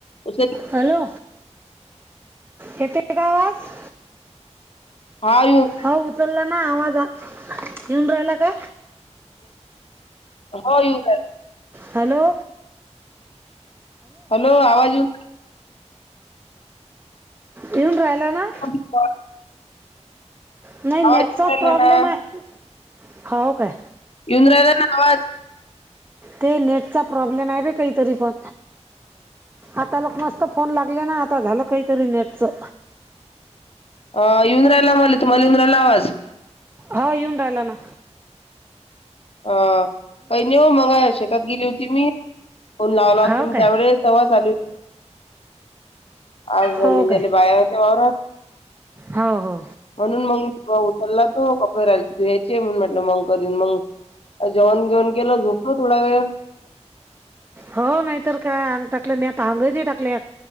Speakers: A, on the left (about 55°); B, on the right (about 20°).
A: उचल
B: हॅलो येतय का आवाज
A: ह येऊ
B: हो उचलला ना आवाज येऊन राहिला का
A: हो येऊ
B: हॅलो
A: हॅलो आवाज येउन
B: येऊन राहिला ना
A: हो
B: नाही नेटचाच
A: येऊन राहिला
B: प्रॉब्लेम
A: ना
B: आहे हो काय
A: येउन राहला ना आवाज
B: ते नेटचा प्रॉब्लेम आहे ब काहीतरी पण आता लोक मस्त फोन लागले ना आता झालं काहीतरी नेटच.
A: अ येऊन राहिला मले तुम्हाले येऊन राहिला आवाज
B: हो येऊन राहिला न
A: अ काही नइ ओ मगा शेतात गेली होती मी फोन लावला होता
B: हो
A: तुम्ही
B: काय
A: त्यावेळेस तेव्हा चालू आज
B: हो
A: निद्याले
B: काय
A: बाया होत्या वावरात
B: हो हो
A: म्हणून मग मी उचलला तो कपडे राहिले धुया्चे म्हण म्हटलं मंग करीन मंग जेवण गिवन केलं झोपलो थोडा वेळ
B: हो नाही तर काय अंग टाकलं म्या त अंग नाही टाकल